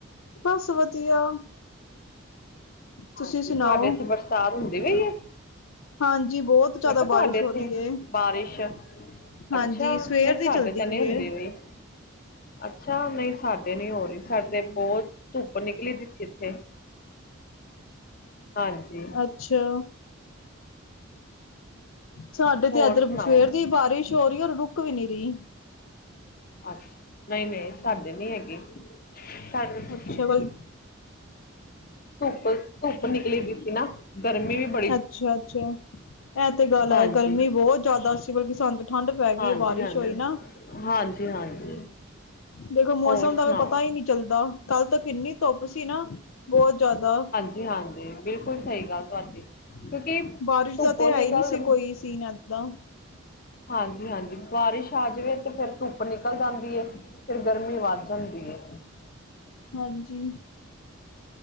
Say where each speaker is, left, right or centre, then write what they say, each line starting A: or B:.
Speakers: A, on the left; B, on the left.
A: ਬਸ ਵਧੀਆ। ਤੁਸੀਂ
B: ਹਾਂਜੀ,
A: ਸੁਣਾਓ?
B: ਤੁਹਾਡੇ ਏਥੇ ਬਰਸਾਤ ਹੁੰਦੀ ਪਈ ਏ।
A: ਹਾਂਜੀ, ਬਹੁਤ ਜ਼ਿਆਦਾ
B: ਮੈਂ ਕਿਹਾ ਤੁਹਾਡੇ
A: ਬਾਰਿਸ਼
B: ਇੱਥੇ
A: ਹੋ ਰਹੀ ਹੈ।
B: ਬਾਰਿਸ਼।
A: ਹਾਂਜੀ
B: ਅੱਛਾ
A: ਸਵੇਰ
B: ਨਹੀਂ
A: ਦੀ
B: ਸਾਡੇ
A: ਚਲਦੀ
B: ਤਾ
A: ਪਈ
B: ਨੀ ਹੁੰਦੀਂ
A: ਏ।
B: ਵਈ, ਅੱਛਾ ਨਹੀਂ ਸਾਡੇ ਨੀ ਹੋ ਰੀ, ਸਾਡੇ ਬਹੁਤ ਧੁੱਪ ਨਿਕਲੀ ਦੀ ਸੀ ਏਥੇ। ਹਾਂਜੀ
A: ਅੱਛਾ। ਸਾਡੇ ਤੇ
B: ਹੋਰ
A: ਇੱਧਰ
B: ਸੁਣਾਓ
A: ਸਵੇਰ ਦੀ ਬਾਰਿਸ਼ ਹੋ ਰੀ, ਔਰ ਰੁੱਕ ਵੀ ਨੀ ਰਈ।
B: ਅੱ ਨਈ- ਨਈ ਸਾਡੇ ਨੀਂ ਹੈਗੀ। ਸਾਡੇ ਤ
A: ਅੱਛਾ ਬਲ
B: ਧੁੱਪ-ਧੁੱਪ ਨਿਕਲੀ ਵਈ ਸੀ ਨਾ। ਗਰਮੀ ਵੀ ਬ
A: ਅੱਛਾ-ਅੱਛਾ ਐਹ ਤੇ ਗੱਲ ਹੈ,
B: ਹਾਂਜੀ
A: ਗਰਮੀ ਜ਼ਿਆਦਾ ਸੀ ਬਲਕ ਸਾਨੂੰ ਤਾਂ ਠੰਡ ਪੈ
B: ਹਾਂਜੀ
A: ਗਈ, ਬਾਰਿਸ਼
B: ਹਾਂਜੀ
A: ਹੋਈ ਨਾ।
B: ਹਾਂਜੀ ਹਾਂਜੀ
A: ਦੇਖੋ
B: ਹੋਰ
A: ਮੌਸਮ
B: ਸੁਣਾਓ
A: ਦਾ ਕੋਈ ਪਤਾ ਈ ਨਈ। ਚੱਲਦਾ, ਕੱਲ ਤੱਕ ਕਿੰਨੀ ਧੁੱਪ ਸੀ ਨਾ ਬਹੁਤ ਜ਼ਾਆਦਾ।
B: ਤੇ ਹਾਂਜੀ ਬਿਲਕੁ ਬਿਲਕੁਲ ਸਹੀ ਗੱਲ ਤੁਹਾਡੀ, ਕਿਉਂਕਿ ਧੁੱਪੋ
A: ਬਾਰਿਸ਼ ਦਾ ਤੇ
B: ਨਿਕਲ
A: ਹੈ ਹੀ ਨਹੀਂ ਸੀ ਕੋਈ ਸੀਨ ਏਦਾਂ
B: ਹਾਂਜੀ-ਹਾਂਜੀ ਬਾਰਿਸ਼ ਆ ਜਾਵੇ ਤੇ ਫੇਰ ਧੁੱਪ ਨਿਕਲ ਜਾਂਦੀ ਏ। ਫੇਰ ਗਰਮੀ ਵੱਧ ਜਾਂਦੀ ਏ।
A: ਹਾਂਜੀ।